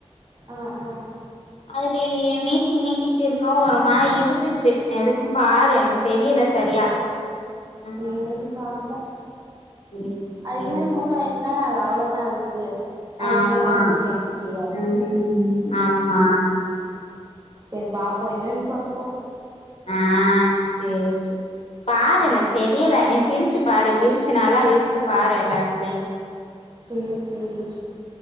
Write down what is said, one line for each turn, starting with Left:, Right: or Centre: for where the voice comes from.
Right: ஆ ஆ ஆ
Left: அதுலயே நீ நீட்டி நீட்டிகிட்டே இருகவு ஒரு மாரி இழுத்துச்சு எதுக்கு பாரு எனக்கு தெரியல சரியா
Right: சேரி
Left: ஆ
Right: பாபோம்
Left: சேரி
Right: அதுக்
Left: சேரி
Right: மேல் நூலாயிட்ச்னா அது அவ்ளோவுதா அது க்கு அதுக்கு
Left: ஆமா
Right: மேல ஒண்ணு செய்ய முடியாது
Left: ம் ஆமா
Right: உம் செரி பாபோம் என்னன்னு பாபோ
Left: ஆஹ் சேர் செரி பாரு
Right: ம்
Left: எனக்கு தெரியல நீ பிருச் பிருச்சு பாரு விருச்சு நல்லா விருச்சு பாரு எல்லாடத்லயு
Right: செரி செரி